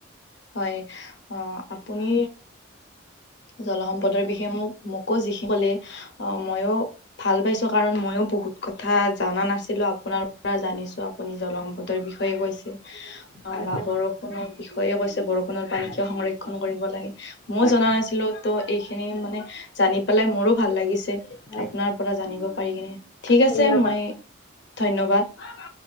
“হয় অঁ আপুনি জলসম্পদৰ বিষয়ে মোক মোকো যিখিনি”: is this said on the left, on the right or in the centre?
Left